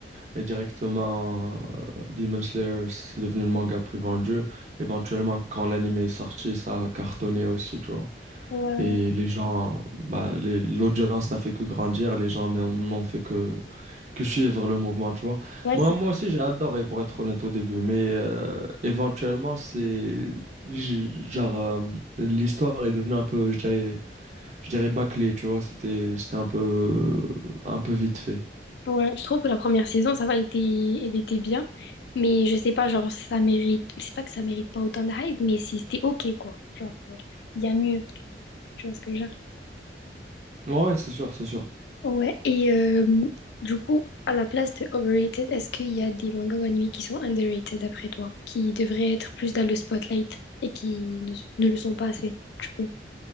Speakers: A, on the right; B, on the left.
A: et directement euh, Demon Slayer, c'est devenu le manga le plus vendu. Éventuellement, quand l'anime est sorti, ça a cartonné aussi, tu vois.
B: ouais,
A: Et les gens, bah, les- l'audience n'a fait que grandir, les gens n'ont n'ont fait que, que suivre le mouvement, tu vois.
B: ouais,
A: Moi,
B: c'est...
A: moi aussi, j'ai adoré, pour être honnête au début, mais euh, éventuellement, c'est j- genre, euh, l'histoire est devenue un peu, je dirais, je dirais bâclée, tu vois. C'était, c'était un peu, un peu vite fait.
B: Ouais, je trouve que la première saison, ça va, elle était, elle était bien. Mais je sais pas, genre, ça mérite. C'est pas que ça mérite pas autant de hype, mais c'est- c'était ok, quoi. Genre, euh, il y a mieux. Tu vois ce que je veux dire?
A: Ouais, ouais, c'est sûr, c'est sûr.
B: Ouais, et euh, du coup, à la place de overrated, est-ce qu'il y a des mangas ou animés qui sont underrated d'après toi, qui devraient être plus dans le spotlight et qui ne, ne le sont pas assez, du coup?